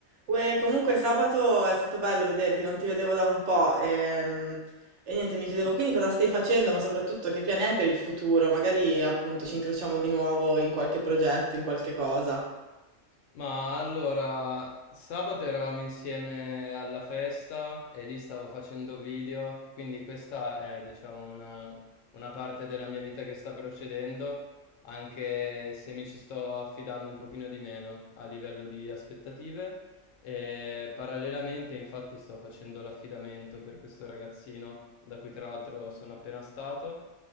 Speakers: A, on the right (about 70°); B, on the left (about 75°).
A: Uè, comunque sabato è stato bello vederti, non ti vedevo da un po'. ehm, E, niente, mi chiedevo quindi cosa stai facendo, ma soprattutto che piani hai per il futuro? Magari appunto ci incrociamo di nuovo in qualche progetto, in qualche cosa.
B: Ma allora, sabato eravamo insieme alla festa e lì stavo facendo video, quindi questa è, diciamo, una, una parte della mia vita che sta procedendo, anche se mi ci sto affidando un pochino di meno a livello di aspettative. E parallelamente, infatti, sto facendo l'affidamento per questo ragazzino, da cui tra l'altro sono appena stato.